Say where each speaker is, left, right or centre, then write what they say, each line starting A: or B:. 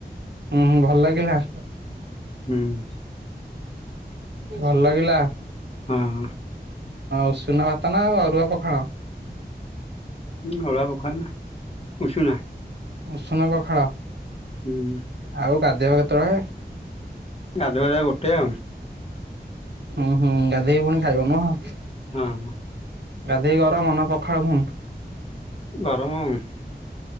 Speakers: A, on the right (about 85°); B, on the left (about 35°).
A: ଉଁ--ଭଲ୍ ଲାଗିଲା।
B: <inaudible>
A: ଭଲ୍ ଲାଗିଲା।
B: <inaudible>
A: ଉଷୁନା ଭାତ ନା ଅରୁଆ ପଖାଳ?
B: ଉଁ, ଅରୁଆ ପଖାଳ ନା ଉଷୁନା?
A: ଉଷୁନ ପଖାଳ।
B: <inaudible>
A: ଆଉ ଗା--ଇବ କେତ--ଳେ?
B: ଗାଧୁ ଗାଧୁକା ଗୋଟେ ଆଉଁ।
A: ହୁଁ ହୁଁ, ଗାଧେଇ କି ପୁଣି ଖାଇବ ନୁହଁ।
B: ହଁ!
A: ଗାଧେଇ କି ଗରମ ନା ପଖାଳ ଫୁଣି।
B: <inaudible>